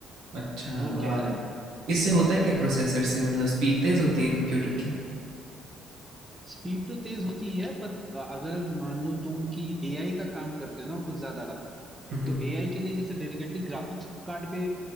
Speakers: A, on the right; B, on the right.
A: अच्छा
B: वो
A: वाह
B: कह रहे हैं
A: इससे होता है क्या प्रोसेसर से मतलब स्पीड तेज़ होती है कंप्यूटर की
B: स्पीड तो तेज होती है पर अ, अगर मान लो तुम कि एआई का काम करते हो ना कुछ ज्यादा
A: हम्म
B: तो एआई के लिए जैसे डेडिकेटली ग्राफिक्स कार्ड पे